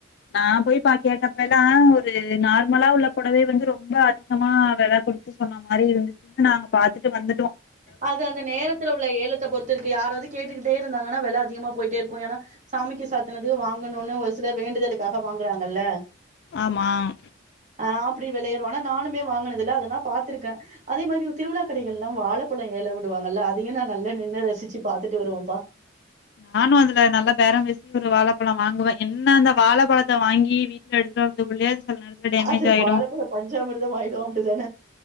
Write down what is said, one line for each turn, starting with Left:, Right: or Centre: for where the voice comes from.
Left: நா போய் பா கேட்டப்பல்லா ஒரு நார்மலா உள்ள பொடவை வந்து ரொம்ப அதிகமா வெல குடுத்து சொன்ன மாரி இருந்துச்சு நாங்க பாத்துட்டு வந்து
Right: அது அந்த நேரத்துல உள்ள ஏலத்த பொறுத்த இருக்கு யாராவுது கேட்டுக்கிட்டே இருந்தாங் கனா வெல அதிகமா போயிட்டே இருக்கும் ஏனா சாமிக்கு சாத்தனது வாங்கணுன்னு ஒரு சிலர் வேண்டுதலுக்காக வாங்குறாங்கல்ல
Left: ஆமாம்
Right: ஆ அப்படி விளையேறும் ஆனா நானுமே வாங்குனதில்ல அதெல்லா பாத்திருக்கே அதே மாரி ஒரு திருவிழா கடைகள் எல்லா வாழ அப்பளோ ஏல விடுவாங்கல்ல அதயு நா நல்லா நின்னு ரசிச்சு பாத்துட்டு வருவோன்பா
Left: நானு அதுல நல்ல பேரம் பேசி ஒரு வாழபழம் வாங்குவேன் என்ன அந்த வாழபழத்த வாங்கி வீட்ல எடுத்துட்டு வர்றதுக்குள்ளையே செல நேரத்துல டேமேஜ்
Right: அது
Left: ஆயிடும்
Right: வாழப்பழ பஞ்சாமிர்தம் ஆயிடு அப்டிதான